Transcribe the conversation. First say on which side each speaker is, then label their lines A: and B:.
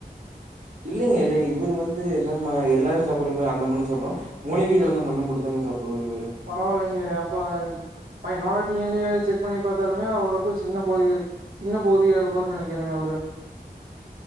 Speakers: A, on the right; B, on the right.
A: இல்லங்க இல்லங்க இவரு வந்து எல்லாமே எல்லாரும் சாப்பிற அந்த மண்ணு சாப்டும் மூலிகை கலந்து மண்ண மட்டுந்தாங்க சாப்டுவாரு இவரு
B: பரவாயில்லைங்களையா அப்ப பையன் டி என் ஏ செக் பாத்தாலுமே அவருக்கும் சின்ன பகுதி சின்ன போதியாருபான்னு நெனைக்கிறேங்க அவரு